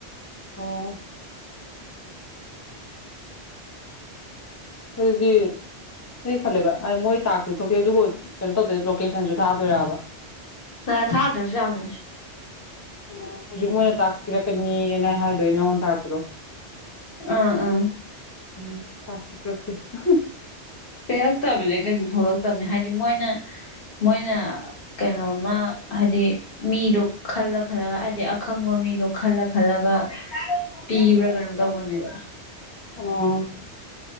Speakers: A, on the left (about 30°); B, on the left (about 55°).
A: ꯎꯝ ꯑꯗꯨꯗꯤ ꯁ ꯈꯂꯦꯕ ꯃꯣꯏ ꯇꯥꯛꯇꯦ ꯊꯣꯛꯇꯦ ꯑꯗꯨ ꯀꯩꯅꯣ ꯇꯧꯗꯦ ꯂꯣꯀꯦꯁꯟꯁꯨ ꯊꯥꯗꯣꯏꯔꯕ
B: ꯑ ꯊꯥꯗ꯭ꯔꯁꯨ ꯌꯥꯕꯅꯤ
A: ꯑꯣ ꯍꯧꯖꯤꯛ ꯃꯣꯏꯅ ꯇꯥꯛꯄꯤꯔꯛꯀꯅꯤꯅ ꯍꯥꯏꯗꯣꯏ ꯅꯪꯉꯣꯟ ꯊꯥꯔꯛꯄꯗꯣ
B: ꯑꯥ ꯑꯥ
A: ꯎꯝ ꯇꯇ <unintelligible>
B: ꯄꯤꯔꯛꯇꯕꯅꯦ ꯀꯩꯁꯨ ꯊꯣꯛꯂꯛꯇꯕꯅꯤ ꯍꯥꯏꯗꯤ ꯃꯣꯏꯅ ꯃꯣꯏꯅ ꯀꯩꯅꯣꯃ ꯍꯥꯏꯗꯤ ꯃꯤꯗꯣ ꯈꯜꯂ ꯈꯜꯂꯒ ꯍꯥꯏꯗꯤ ꯑꯈꯪꯕ ꯃꯤꯗꯣ ꯈꯜꯂ ꯈꯜꯂꯒ ꯄꯤꯕ꯭ꯔꯥ ꯀꯩꯅꯣꯝ ꯇꯧꯕꯅꯦꯕ
A: ꯑꯣ